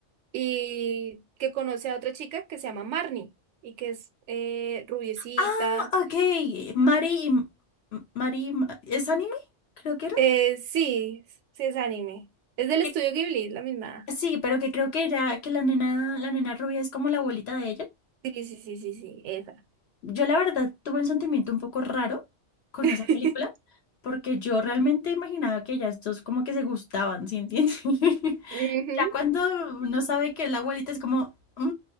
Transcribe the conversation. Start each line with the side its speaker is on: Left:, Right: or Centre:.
Right: Y que conoce a otra chica que se llama Marnie y que es eh, rubiecita
Left: Ah, ok. Mari, y- M- Mari, y Ma- ¿es anime? Creo que era.
Right: Eh, sí, sí es anime. Es del
Left: Eh,
Right: estudio Ghibli, la misma.
Left: Sí, pero que creo que era que la nena, la nena rubia es como la abuelita de ella.
Right: Sí, sí, sí, sí, sí, esa.
Left: Yo la verdad tuve un sentimiento un poco raro con
Right: <laughs>
Left: esa película, porque yo realmente imaginaba que ellas dos como que se gustaban, ¿sí entiendes? <laughs>
Right: Ujú.
Left: Ya cuando uno sabe que es la abuelita es como, "Mm,